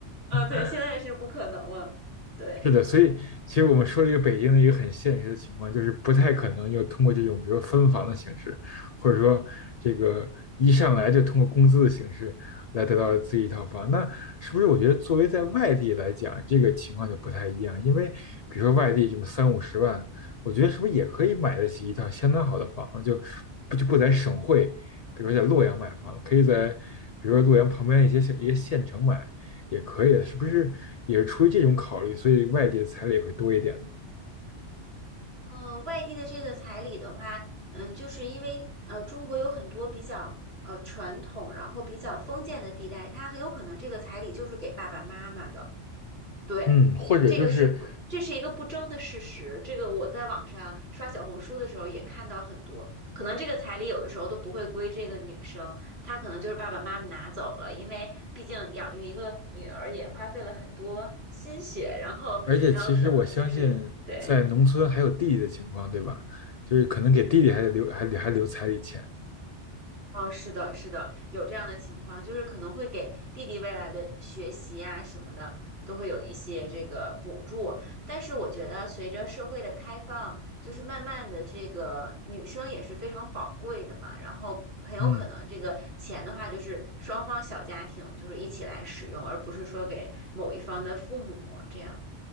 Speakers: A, on the right; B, on the left.
A: 嗯，对，
B: <laughs>
A: 现在是不可能了。对，
B: 是的，所以其实我们说这个北京的一个很现实的情况，就是不太可能又通过这种，比如说分房的形式，或者说这个一上来就通过工资的形式来得到自己一套房。那是不是我觉得作为在外地来讲，这个情况就不太一样？因为比如说外地这么三五十万，我觉得是不是也可以买得起一套相当好的房子？就不就不在省会，比如说在洛阳买房，可以在比如说洛阳旁边一些小一些县城买，也可以的，是不是？
A: 嗯，
B: 也是出于这种考虑，所以外地的彩礼也会多一点
A: 呃，外地的这个彩礼的话，嗯，就是因为呃，中国有很多比较呃传统，然后比较封建的地带，它很有可能这个彩礼就是给爸爸妈妈的。对，
B: 嗯，或者就是，
A: 这个是不，这是一个不争的事实。这个我在网上刷小红书的时候也看到很多，可能这个彩礼有的时候都不会归这个女生，她可能就是爸爸妈妈拿走了，因为毕竟养育一个女儿也花费了很多心血，然后，
B: 而且其实我相信，
A: 然后可能就是对。
B: 在农村还有弟弟的情况，对吧？就是可能给弟弟还得留，还得还留彩礼钱。
A: 哦，是的，是的，有这样的情况，就是可能会给弟弟未来的学习呀、什么的，都会有一些这个补助。但是我觉得，随着社会的开放，就是慢慢的，这个女生也是非常宝贵的嘛。然后很有可能这个钱的话，
B: 嗯，
A: 就是双方小家庭就是一起来使用，而不是说给某一方的父母这样。